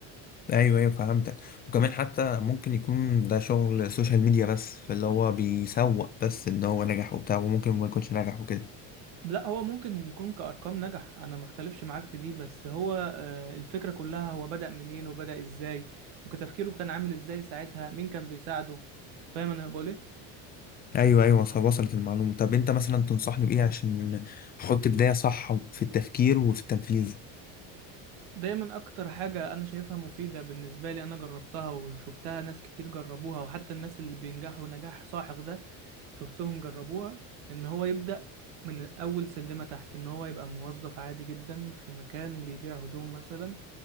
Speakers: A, on the left; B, on the right.
A: ايوه ايوه فهمتك وكمان حتى ممكن يكون ده شغل سوشيال ميديا بس فاللي هو بيسوق بس ان هو نجح وبتاع وممكن ما يكونش نجح وكده
B: لا هو ممكن يكون كأرقام نجح انا ما اختلفش معاك في دي بس هو آه، الفكرة كلها هو بدأ منين وبدأ ازاي وكتفكيره كان عامل ازاي ساعتها مين كان بيساعده فاهم انا بقول ايه
A: ايوه ايوه ص- وصلت المعلومه طب انت مثلا تنصحني بايه عشان احط بدايه صح في التفكير وفي التنفيذ
B: دايما اكتر حاجة انا شايفها مفيدة بالنسبة لي انا جربتها وشفتها ناس كتير جربوها وحتى الناس اللي بينجحوا نجاح ساحق ده شفتهم جربوها ان هو يبدأ من اول سلمة تحت ان هو يبقى موظف عادي جدا في مكان بيبيع هدوم مثلا